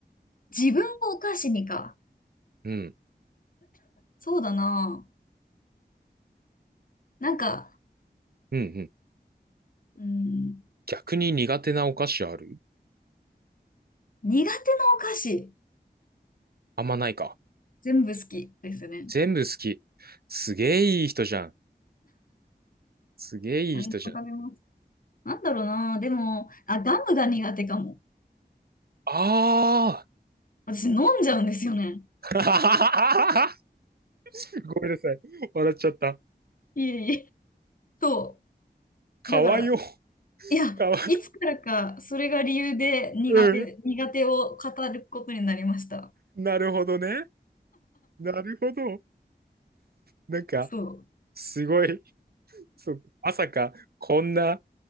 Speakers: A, on the left; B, on the right.
A: 自分をお菓子にか。
B: うん、
A: そうだな。なんか、
B: うん、うん。
A: うん、
B: 逆に苦手なお菓子ある
A: 苦手なお菓子。
B: あんまないか。
A: 全部好きですね。
B: 全部好き。すげえいい人じゃん。すげえいい人じゃん
A: 何でも食べます。なんだろうな。でも、あ、ガムが苦手かも。
B: ああー
A: 私飲んじゃうんですよね。
B: <laughs> ごめんなさい。笑っちゃった。
A: いえいえ。そ
B: かわよ。
A: う。だから、いや、
B: かわ、
A: いつからかそれが理由で苦手、
B: うん。
A: 苦手を語ることになりました。
B: なるほどね。なるほど。なんか、
A: そう。
B: すごい。そう、まさか、こんな、